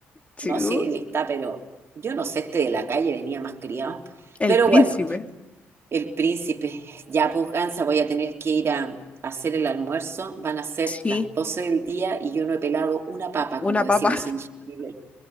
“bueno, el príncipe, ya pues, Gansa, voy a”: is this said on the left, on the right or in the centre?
Right